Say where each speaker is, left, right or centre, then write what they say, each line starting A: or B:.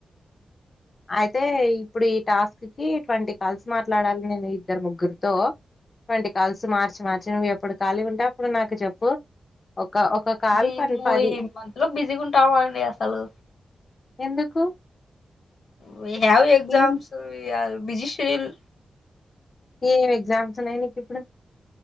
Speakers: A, on the left (about 35°); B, on the left (about 70°).
A: అయితే ఇప్పుడు ఈ టాస్క్ కి ట్వంటీ కాల్స్ మాట్లాడాలి నేను ఇద్దర్ ముగ్గుర్తో ట్వంటీ కాల్స్ మార్చి మార్చి నువ్వు ఎప్పుడు ఖాళీ ఉంటే అప్పుడు నాకి చెప్పు ఒక కాల్
B: మేమూ
A: పని పది
B: ఈ మంత్ లో బిజీ ఉంటాము అండి అసలు
A: ఎందుకు
B: వుయ్ హావ్ ఎగ్జామ్స్
A: ఏం
B: బిజీ షీల్
A: ఏం ఎగ్జామ్స్ ఉన్నయ్ నీక్ ఇప్పుడు